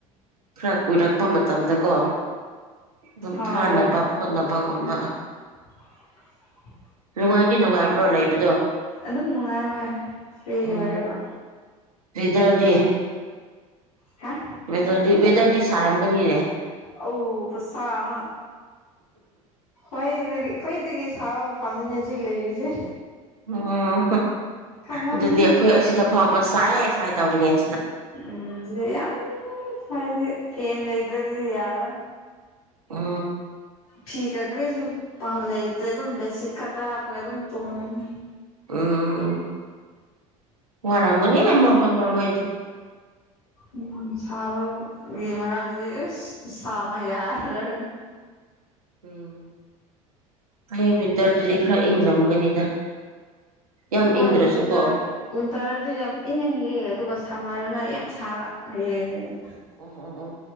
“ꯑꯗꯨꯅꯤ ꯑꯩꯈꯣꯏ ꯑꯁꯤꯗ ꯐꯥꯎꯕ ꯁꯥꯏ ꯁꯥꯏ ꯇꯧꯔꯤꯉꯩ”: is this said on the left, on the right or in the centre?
Right